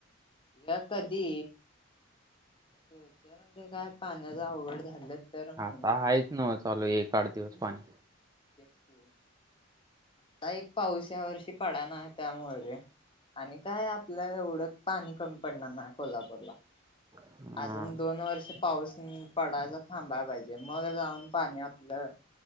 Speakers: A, on the left; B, on the right.
A: या कधी फ्युचरमध्येध्ये काय पाण्याचा आवड झालं तर म्हणून
B: हाता आहेच
A: एक
B: न चालू एक आठ दिवस पाणी
A: आता एक पाऊस या वर्षी पडा ना त्यामुळे आणि काय आपलं एवढं पाणी कमी पडणार नाही कोल्हापूरला
B: हां.
A: अजून दोन वर्ष पाऊस पडायला थांबायला पाहिजे मग जाऊन पाणी आपलं